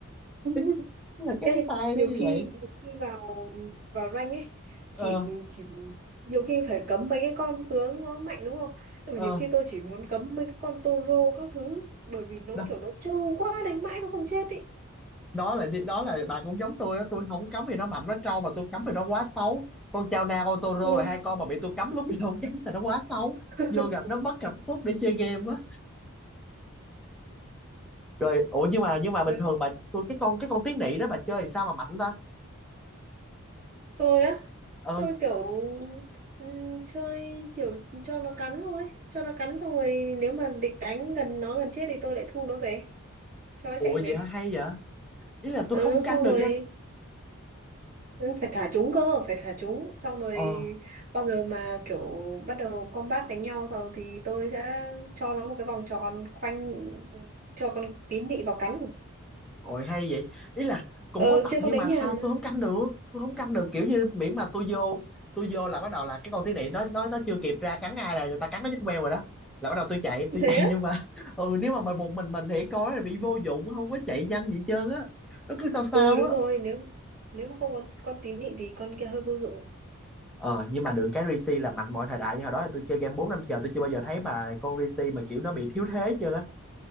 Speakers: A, on the right (about 40°); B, in the centre.
A: <laughs>
B: <laughs> là cái
A: Ê,
B: style
A: nhiều
B: nó như
A: khi
B: vậy
A: nhiều khi vào vào rank ấy chỉ
B: ờ
A: chỉ nhiều khi phải cấm mấy cái con tướng nó mạnh đúng không nhưng
B: ờ
A: mà nhiều khi tôi chỉ muốn cấm mấy cái con Toro các thứ bởi vì nó
B: đó
A: kiểu nó trâu quá đánh mãi nó không chết ý
B: đó là đi- đó là bà cũng giống tôi á tôi không có cấm vì nó mạnh nó trâu mà tôi cấm vì nó quá xấu con Chao Na con Toro
A: Ừ,
B: là hai con mà bị tôi cấm lúc nào không cấm thì nó quá xấu
A: <laughs>
B: vô gặp nó mất cảm xúc để chơi game á rồi ủa nhưng mà nhưng mà
A: Đến
B: bình thường
A: lúc
B: bà tôi cái con cái con tiếng nị đó bà chơi thì sao mà mạnh ta
A: tôi á,
B: ờ
A: tôi kiểu ừm, chơi kiểu cho nó cắn thôi, cho nó cắn xong rồi nếu mà địch đánh gần nó gần chết thì tôi lại thu nó về, cho nó
B: ủa
A: chạy về.
B: vậy hả hay vậy ý là tôi
A: Ừ,
B: không canh
A: xong
B: được
A: rồi
B: nha
A: ừ, phải thả chúng cơ, phải thả chúng. Xong rồi
B: ờ
A: bao giờ mà kiểu bắt đầu combat đánh nhau rồi thì tôi sẽ cho nó một cái vòng tròn khoanh cho con tín nị vào cắn.
B: Ôi hay vậy. Ý là cũng
A: Ờ,
B: có tập
A: chơi
B: nhưng
A: con đấy
B: mà
A: nhàn
B: sao
A: mà.
B: tôi không canh được. Tôi không canh được kiểu như miễn mà tôi vô, tôi vô là bắt đầu là cái con tí nị nó nó nó chưa kịp ra cắn ai là người ta cắn nó chết queo rồi đó. Là bắt đầu tôi chạy, tôi
A: Thế
B: chạy
A: á?
B: nhưng mà <laughs> ừ nếu mà mời một mình mình thì con nó là bị vô dụng, không có chạy nhanh gì hết trơn á. Nó cứ sao sao
A: Ừ đúng
B: á.
A: rồi, nếu nếu mà không có con tín nhị thì con kia hơi vô dụng.
B: Ờ nhưng mà được cái Risi là mạnh mọi thời đại như hồi đó là tôi chơi game 4 năm chờ tôi chưa bao giờ thấy mà con Risi mà kiểu nó bị thiếu thế chưa á.